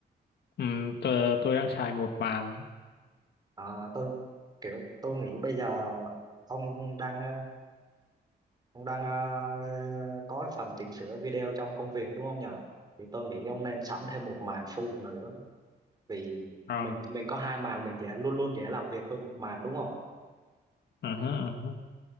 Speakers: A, on the left; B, on the right.
A: Ừ, tôi, tôi đang xài một màn.
B: Ờ, tôi kiểu tôi nghĩ bây giờ ông đang Ông đang ờ, có phần chỉnh sửa video trong công việc đúng không nhỉ? Thì tôi nghĩ ông nên sắm thêm một màn phụ nữa vì
A: Ờ,
B: mình mình có hai màn mình dễ luôn luôn dễ làm việc hơn một màn đúng không?
A: ừ hứ, ừ hứ.